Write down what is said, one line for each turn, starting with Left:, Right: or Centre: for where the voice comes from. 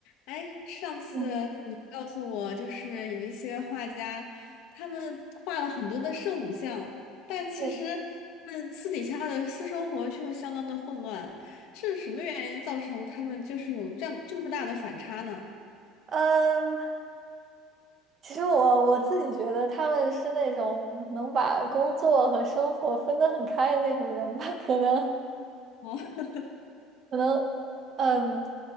Left: 哎，上次你告诉我，
Right: 嗯，
Left: 就是有一些画家，他们画了很多的圣母像，但其实他们私底下的私生活却相当的混乱，
Right: 对，
Left: 是什么原因造成他们就是有这么这么大的反差呢？
Right: 嗯，其实我我自己觉得他们是那种能把工作和生活分得很开的那种人吧，可能，
Left: 哦，<laughs>
Right: 可能，嗯，